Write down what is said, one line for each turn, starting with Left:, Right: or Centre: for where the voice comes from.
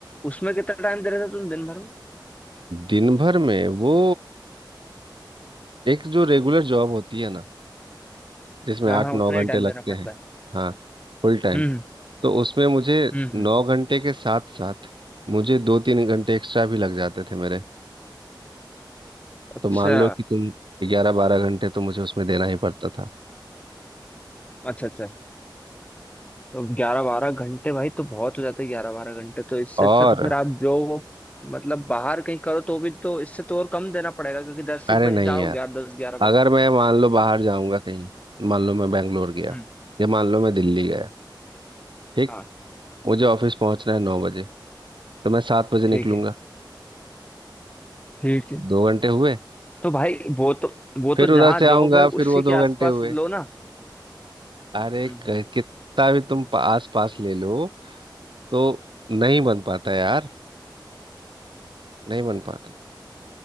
Left: उसमें कितना टाइम दे रहे थे तुम दिन भर में
Right: दिन भर में वो एक जो रेगुलर जॉब होती है ना जिसमें
Left: हाँ
Right: आठ
Left: हाँ
Right: नौ
Left: उतना ही
Right: घंटे
Left: टाइम
Right: लगते
Left: देना पड़ता
Right: हैं
Left: है
Right: हाँ फुल टाइम
Left: हम्म
Right: तो उसमें मुझे
Left: हम्म
Right: नौ
Left: हम्म
Right: घंटे के साथ साथ मुझे दो तीन घंटे एक्स्ट्रा भी लग जाते थे मेरे
Left: अच्छा
Right: तो मान लो कि तुम ग्यारह बारह घंटे तो मुझे उसमें देना ही पड़ता था
Left: अच्छा अच्छा तो ग्यारह बारह घंटे भाई तो बहुत हो जाता है ग्यारह बारह घंटे तो इससे
Right: और
Left: अच्छा तो फिर आप जो मतलब बाहर कहीं करो तो भी तो इससे तो और कम देना पड़ेगा क्योंकि दस
Right: अरे
Left: एक बजे
Right: नहीं
Left: जाओ
Right: यार
Left: ग्यारह दस ग्यारह बजे
Right: अगर मैं मान लो बाहर जाऊंगा कहीं मान लो मैं बैंगलोर गया
Left: हम्म
Right: या मान लो मैं दिल्ली गया
Left: हम्म।
Right: ठीक
Left: हाँ
Right: मुझे ऑफिस पहुंचना है नौ बजे तो मैं सात बजे
Left: ठीक
Right: निकलूंगा
Left: है ठीक है
Right: दो घंटे हुए
Left: तो भाई वो तो वो तो
Right: फिर उधर
Left: जहाँ
Right: से
Left: जॉब
Right: आऊंगा
Left: है
Right: फिर
Left: उसी
Right: वो
Left: के
Right: दो
Left: आसपास
Right: घंटे हुए
Left: लो ना
Right: अरे
Left: हम्म
Right: क-
Left: हम्म
Right: कितना भी तुम आस पास ले लो तो नहीं
Left: हम्म।
Right: बन पाता यार नहीं बन पाता